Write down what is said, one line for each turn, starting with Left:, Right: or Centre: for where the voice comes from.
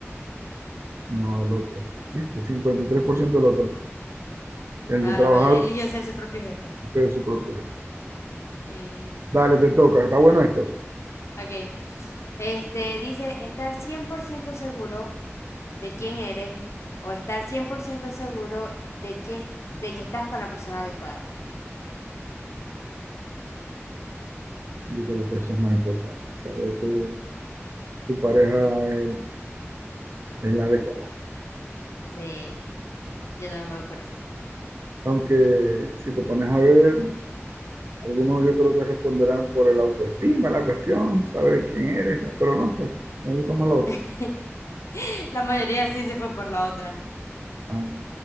Right: No, el otro. ¿Viste? 53% del otro. El
Left: Ah,
Right: de trabajar
Left: la mayoría eligió ser su propio jefe.
Right: usted es su propio.
Left: Mm,
Right: Dale, te toca, está
Left: nada.
Right: bueno esto.
Left: Ok. Este dice estar 100% seguro de quién eres o estar 100% seguro de que, de que estás con la persona adecuada.
Right: Yo creo que eso es más importante, saber que tu pareja es, es la adecuada.
Left: Sí, yo también me voy por eso.
Right: Aunque si te pones a ver, algunos yo creo que responderán por el autoestima, la cuestión, saber quién eres, pero no sé, me gusta más lo otro.
Left: <laughs> <laughs> La mayoría sí se fue por la otra,
Right: Ah,